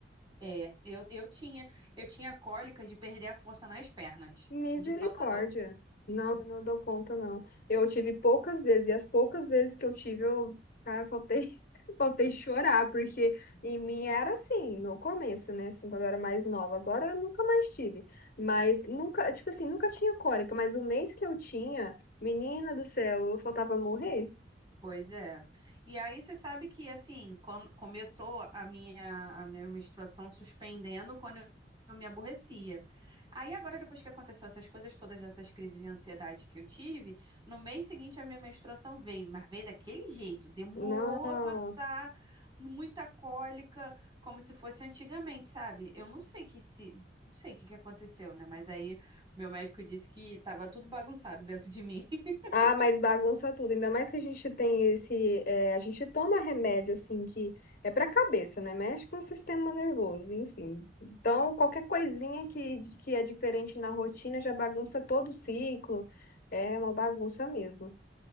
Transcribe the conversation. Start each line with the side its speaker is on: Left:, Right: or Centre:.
Right: É, eu, eu tinha, eu tinha cólica de perder a força nas pernas,
Left: Misericórdia.
Right: de tanta dor.
Left: Não, eu não dou conta, não. Eu tive poucas vezes, e as poucas vezes que eu tive, eu, cara, eu faltei, <laughs> faltei chorar, porque em mim era assim, no começo, né? Assim, quando eu era mais nova. Agora eu nunca mais tive. Mas nunca, tipo assim, nunca tinha cólica, mas o mês que eu tinha, menina do céu, eu faltava morrer.
Right: Pois é. E aí você sabe que assim, quando começou a minha a minha menstruação suspendendo quando eu eu me aborrecia. Aí agora depois que aconteceu essas coisas todas essas crises de ansiedade que eu tive, no mês seguinte a minha menstruação veio, mas veio daquele jeito, demorou
Left: Nossa.
Right: a passar, muita cólica, como se fosse antigamente, sabe? Eu não sei que se Não sei o que que aconteceu, né? Mas aí meu médico disse que tava tudo bagunçado dentro de mim. <laughs>
Left: Ah, mas bagunça tudo. Ainda mais que a gente tem esse. é, a gente toma remédio, assim, que é pra cabeça, né? Mexe com o sistema nervoso, enfim. Então, qualquer coisinha que, que é diferente na rotina já bagunça todo o ciclo. É uma bagunça mesmo.